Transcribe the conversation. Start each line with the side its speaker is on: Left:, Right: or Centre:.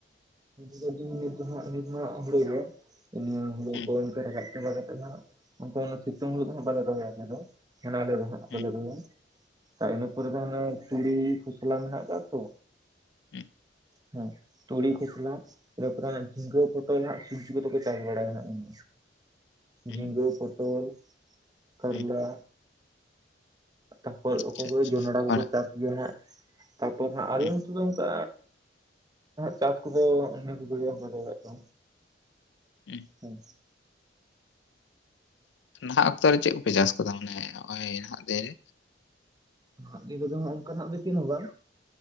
Right: ᱦᱳᱲᱳ ᱡᱮᱢᱚᱱ ᱱᱤᱛ ᱦᱟᱸᱜ ᱱᱤᱛ ᱢᱟᱜ ᱦᱳᱲᱳ ᱡᱚᱜᱼᱟ ᱱᱤᱭᱟᱹ ᱦᱳᱲᱳ
Left: ᱦᱩᱸ
Right: ᱠᱚ ᱚᱱᱠᱟ ᱨᱟᱠᱟᱵ ᱪᱟᱵᱟ ᱠᱟᱛᱮ ᱟ ᱩᱱᱠᱩ ᱩᱱᱟᱹᱜ ᱥᱤᱛᱩᱝ ᱦᱳᱲᱳ ᱫᱚᱦᱜ ᱵᱟᱞᱮ ᱫᱚᱦᱚᱭᱟ ᱟᱞᱮ ᱫᱚ ᱦᱟᱸᱜ ᱟᱞᱮ ᱫᱚ ᱦᱟᱸᱜ
Left: ᱦᱩᱸ
Right: ᱵᱟᱞᱮ ᱫᱚᱦᱚᱭᱟ ᱤᱱᱟᱹ ᱯᱚᱨᱮ ᱫᱚ ᱦᱟᱱᱮ ᱛᱩᱲᱤ ᱠᱷᱚᱥᱞᱟ ᱢᱮᱱᱟᱜ ᱟᱠᱟᱜ-ᱟ ᱛᱚ
Left: ᱦᱮᱸ
Right: ᱦᱮᱸ ᱛᱩᱲᱤ ᱯᱷᱚᱥᱞᱟ ᱤᱱᱟᱹᱯᱚᱨ ᱡᱷᱤᱸᱜᱟᱹ ᱯᱚᱴᱚᱞ ᱦᱟᱸᱜ ᱥᱚᱵᱽᱡᱤ ᱠᱚᱫᱚ ᱠᱚ ᱪᱟᱥ ᱵᱟᱲᱟᱭᱟ ᱦᱟᱸᱜ
Left: ᱦᱩᱸ
Right: ᱡᱷᱤᱸᱜᱟᱹ, ᱯᱚᱴᱚᱞ, ᱠᱟᱨᱞᱟ
Left: ᱦᱩᱸ
Right: ᱛᱟᱯᱚᱨ
Left: ᱟᱪᱪᱷᱟ
Right: ᱚᱠᱚᱭ ᱠᱚᱫᱚ
Left: ᱟᱪᱪᱷᱟ
Right: ᱡᱚᱱᱰᱨᱟ ᱠᱚᱠᱚ
Left: ᱢᱟᱱᱮ
Right: ᱪᱟᱥ ᱜᱮᱭᱟ ᱦᱟᱸᱜ ᱛᱟᱯᱚᱨ ᱦᱟᱸᱜ ᱟᱞᱮ
Left: ᱦᱩᱸ
Right: ᱱᱤᱛᱚᱜ ᱫᱚ ᱚᱱᱠᱟ ᱪᱟᱥ ᱠᱚᱫᱚ ᱚᱱ ᱜᱮ ᱫᱟᱲᱭᱟᱜ ᱫᱚ
Left: ᱦᱩᱸ
Right: ᱦᱮᱸᱥᱮ
Left: ᱱᱟᱦᱟᱜ ᱚᱠᱛᱚᱮ ᱪᱮᱫ ᱠᱚᱯᱮ ᱪᱟᱥ ᱟᱠᱟᱫᱟ ᱢᱟᱱᱮ ᱱᱚᱜ ᱚᱭ ᱱᱟᱦᱟᱜ ᱫᱤᱱ ᱨᱮ?
Right: ᱥᱚᱵᱡᱤ ᱠᱚᱫᱚ ᱚᱱᱠᱟᱱᱟᱜ ᱫᱚ ᱪᱮᱫ ᱦᱚᱸ ᱵᱟᱝ